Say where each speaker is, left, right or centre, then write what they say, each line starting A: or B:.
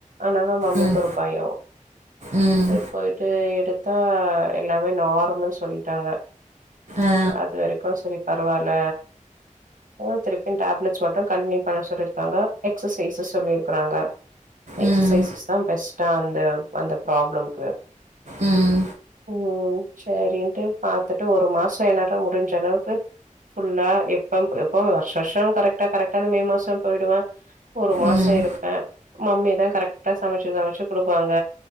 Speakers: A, on the right (about 80°); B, on the right (about 65°).
A: ஆனால மம்மிக்
B: ம்
A: ஒரு பயோ
B: ம்
A: ட்டு போய்ட்டு எடுத் தா எல்லாமே நார்மல் சொல்லிட்டாங்க
B: அ
A: அது வெரைக்கு செரி பரவால்ல ம் திருப்பியு டேப்லெட் ஸ் மட்டு கண்டியூ பண்ண சொல்லிருக்காங்க எக்சசைசஸ் சொல்லிருக்காங்க எக்ஸசைசஸ்
B: ம்
A: தா பெஸ்டா அந்த அந்த ப்ராப்ளம்கு
B: ம்
A: ஒ சேரின்ட்டு பாத்துட்டு ஒரு மாசோ என்னாட்ல முடிஞ்சளவுக்கு ஃபுல்லா எப்பம் எப்பவு வருஷ வருஷ்சம் கரக்டா கரக்டாந்து மே மாசம் போய்டுவா ஒரு மாசோ
B: ம்
A: இருப்பே மம்மிதா கரெட்டா சமச்சு சமச்சு குடுப்பாங்க